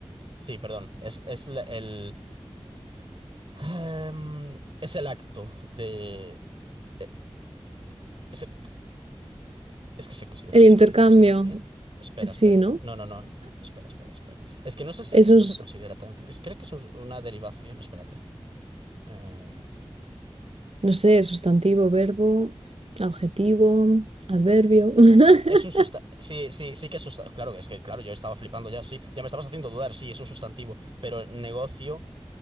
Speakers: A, on the right; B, on the right.
A: Sí, perdón. Es, es la- el. em, es el acto de. eh, Es, es que se considera
B: El
A: sustantivo
B: intercambio,
A: esto también. Espera,
B: sí,
A: espera.
B: ¿no?
A: No, no, no. Espera, espera, espera. Es que no sé si
B: Eso
A: esto
B: es
A: se considera también. es- creo que es un- una derivación. Espérate. Eh,
B: No sé, sustantivo, verbo, adjetivo, adverbio. <laughs>
A: es un sustantivo. Sí, sí, sí que es sustantivo. Claro, es que, claro, yo estaba flipando ya. Sí, ya me estabas haciendo dudar. Sí, es un sustantivo. Pero negocio.